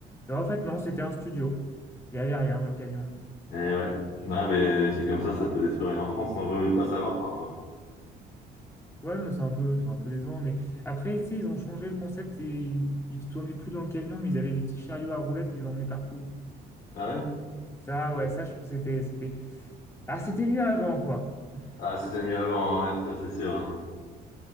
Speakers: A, on the left; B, on the left.
A: Et en fait, non, c'était un studio. Il y avait rien dans le camion.
B: Eh ouais. Ah, mais des trucs comme ça, ça peut détruire une enfance, on vaut mieux pas savoir parfois.
A: Ouais, non, c'est un peu, c'est un peu décevant. Mais après, tu sais, ils ont changé le concept et ils, ils tournaient plus dans le camion, mais ils avaient des petits chariots à roulettes qu'ils emmenaient partout.
B: Ah
A: Ça,
B: ouais?
A: ouais, ça, je trouve que c'était, c'était... Ah, c'était mieux avant, quoi.
B: Ah, c'était mieux avant, hein, ouais, ça c'est sûr. hein.